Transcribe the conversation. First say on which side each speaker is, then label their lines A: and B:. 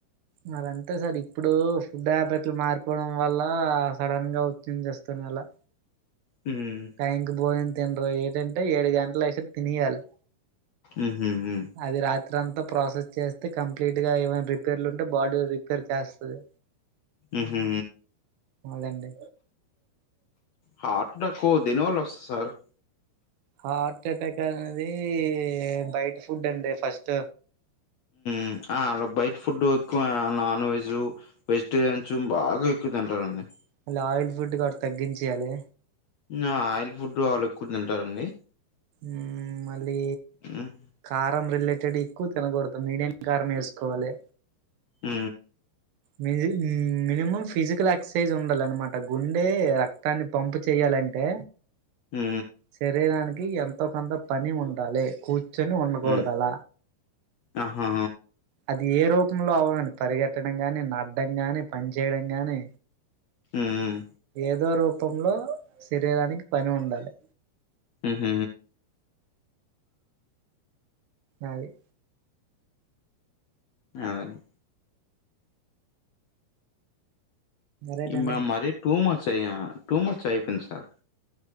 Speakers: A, on the right; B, on the left.
A: మరి అంతే సార్ ఇప్పుడు ఫుడ్ హాబిట్లు మారిపోవడం వల్ల సడన్ గా వచ్చంది చేస్తున్ అలా
B: మ్మ్
A: టైంకి భోజనం తినరు ఏటంటే ఏడు గంటలు అయ్యేసరికి తినెయ్యాలి
B: ఉహు మ్
A: అది రాత్రి అంతా ప్రాసెస్ చేస్తే కంప్లీట్ గా ఏవైనా రిపేర్లు ఉంటే బాడీ రిపేర్ చేస్తది
B: ఉహు
A: అదండి
B: హార్ట్ అటాక్కు దేనివళ్ళ వస్తది సార్
A: హార్ట్ అటాక్ అనేది బయట ఫుడ్ అండి ఫస్ట్
B: మ్ అలా బయట ఫుడ్ ఎక్కువ నాన్ వెజ్ వెజిటేరియన్ బాగా ఎక్కువ తింటారండి
A: అల ఆయిల్ ఫుడ్ కూడా తగ్గించేయాలి
B: ఆయిల్ ఫుడ్ వాళ్ళు ఎక్కువ తింటారండి
A: ఉ మళ్ళీ
B: హ్మ్.
A: కారం రిలేటెడ్ ఎక్కువ తినకూడదు మీడియం కారం వేసుకోవాలి
B: మ్
A: మి మినిమం ఫిజికల్ ఎక్సర్సైజ్ ఉండాలన్నమాట గుండె రక్తాన్ని పంపు చేయాలంటే
B: మ్
A: శరీరానికి ఎంతో కొంత పని ఉండాలి కూర్చ ర్చొని ఉండకూడదల
B: హ్మ్. ఆహా!
A: అది ఏ రూపంలో అవ్వాలని పరిగెట్టడం గాని నడడం గాని పని చేయడం గాని
B: హ్మ్మ్
A: ఏదో రూపంలో శరీరానికి పని ఉండాలె
B: ఉ హు
A: అది
B: అవును
A: రైట్
B: ఈమె
A: అండి
B: మర టూమచ్ అయ్యా టూమచ్ అయిపోయింది సార్